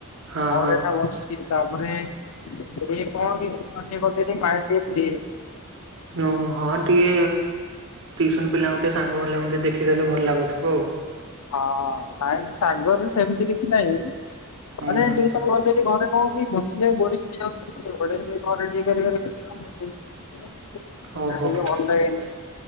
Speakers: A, on the right (about 60°); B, on the left (about 80°).
A: ହଁ
B: ଆଉ
A: ହଁ
B: <unintelligible> ତାପରେ ଗେ କଣ କି ସେ ଗୋଟେ ମାଇଣ୍ଡ ଟିକେ ଫ୍ରୀ ହେଇଯାଉଛି।
A: ଓହୋ ହଁ ଟିକେ ଟିଉସନ ପିଲାଙ୍କୁ ଟିକେ ସାଙ୍ଗମାନଙ୍କୁ ଟିକେ ଦେଖିଦେଲେ ଭଲ ଲାଗୁଥିବ ଆଉ।
B: ହଁ ନାଇଁ ସାଙ୍ଗରେ ସେମିତି କିଛି ନାହିଁ।
A: ହୁଁ
B: ମାନେ
A: ହୁଁ
B: ଟିକେ ସମୟ ଘରୁ ଯାଇକି ଘରେ କଣ କି ବସିଲେ ବୋରିଂ ହେଇଯାଉଛି ଏପଟେ ଘରେ ଟିକେ ଗେରେ ଗେରେ ସେଇଟା
A: ଓହୋ
B: ଟିକେ ଭଲ ଲାଗେନି।